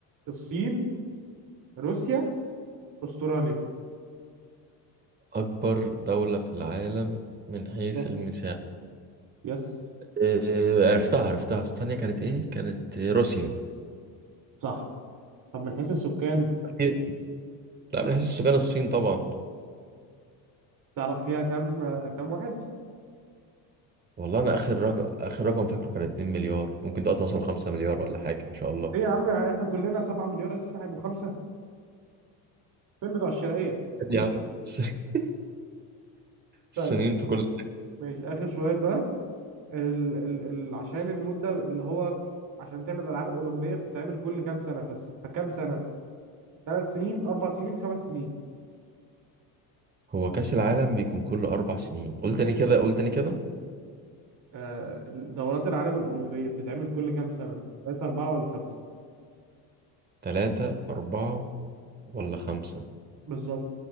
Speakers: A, on the right; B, on the right.
A: الصين روسيا استراليا
B: اكبر دوله في العالم من حيث
A: بالظبط.
B: المساحه
A: يس
B: إيه، عرفتها عرفتها استنى كانت ايه كانت روسيا
A: صح طب من حيث السكان
B: إيه؟ لا من حيث السكان الصين طبعا
A: تعرف فيها كام كام واحد
B: والله انا اخر رقم اخر رقم فاكره كان 2 مليار ممكن دلوقتي وصلوا 5 مليار ولا حاجه ما شاء الله
A: ايه يا عم احنا كلنا 7 مليار الصين هيبقوا خمسة فين بتوع الشرقية
B: يا عم <laughs>
A: طيب
B: السنين في كل
A: ماشي اخر سؤال بقى ال ال ال عشان المدة اللي هو عشان تعمل الالعاب الاولمبية بتتعمل كل كام سنة فس فكام سنة ثلاث سنين اربع سنين خمس سنين
B: هو كاس العالم بيكون كل اربع سنين قلت تاني كده قلت تاني كده
A: آه دورات العالم الاولمبية بتتعمل كل كام سنة ثلاثة اربعة ولا خمسة
B: ثلاثة أربعة ولا خمسة
A: بالظبط